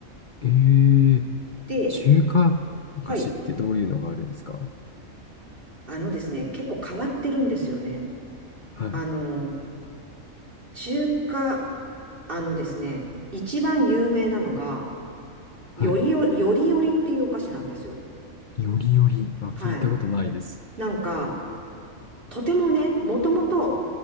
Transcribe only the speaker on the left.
えー、
中華菓子ってどういうのがあるんですか
はい、
はい。
よりより。あ、
聞いたことないです。